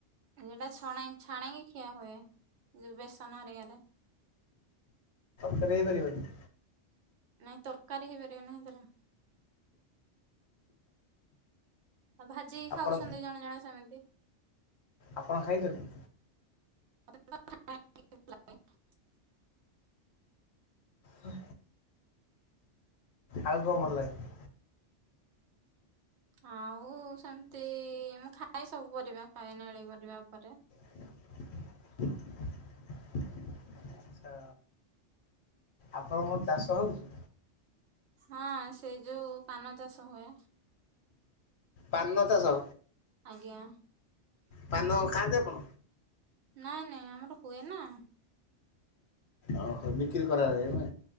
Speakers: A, on the right; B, on the left.
A: ଯେଟା ଛଣ ଛାଣି କିି ଖିଆ ହୁଏ ଯଉ ବେସନ ହେରିକାରେ।
B: ସରେଇ ପାରିବନି?
A: ନାଇଁ ତରକାରୀ ହେଇପାରିବ ନାହିଁ ତର? ଆ ଭାଜିକି
B: ଆପଣ
A: ଖାଉଛନ୍ତି ଜଣେ ଜଣେ ସେମିତି?
B: ଆପଣ ଖାଇଛନ୍ତି?
A: <inaudible>
B: ହୁଁ। ଆଉ କଣ ଭଲ ଲାଗେ?
A: ଆଉ ସେମିତି ମୁଁ ଖାଏ ସବୁ ପରିବା ଖାଏ ନେଳି ପରିବା ଉପରେ।
B: <inaudible> ଆଚ୍ଛା ଆପଣଙ୍କର ଚାଷ ହଉଛି?
A: ହଁ ସେଇ ଯୋଉ ପାନ ଚାଷ ହୁଏ।
B: ପାନ ଚାଷ?
A: ଆଜ୍ଞା।
B: ପାନ ଖାଆନ୍ତି ଆପଣ
A: ନାଇଁ ନାଇଁ ଆମର ହୁଏ ନା।
B: ଓହୋ ବିକ୍ରି କରାଯାଏ ନା?